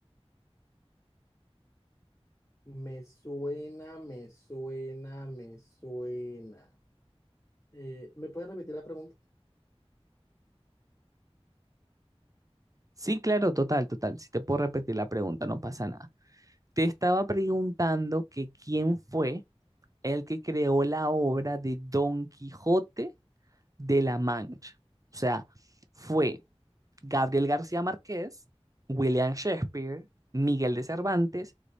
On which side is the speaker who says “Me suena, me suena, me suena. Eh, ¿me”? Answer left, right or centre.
Left